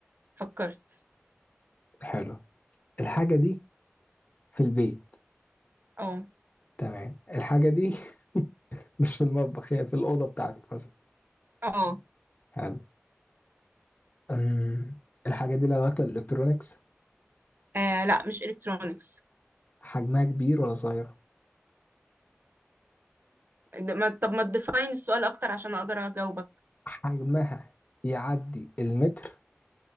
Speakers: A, on the right; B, on the left.
A: فكرت
B: حلو الحاجه دي في البيت
A: اه
B: تمام الحاجه دي <laughs> مش في المطبخ هي في الاوضه بتاعتك مثلا
A: اه
B: حلو أم، الحاجة دي لو داخلة الإلكترونيكس
A: آه، لا مش إلكترونيكس
B: حجمها كبير ولا صغير؟
A: ما طب ما تديفاين السؤال أكتر عشان أقدر أجاوبك
B: حجمها يعدي المتر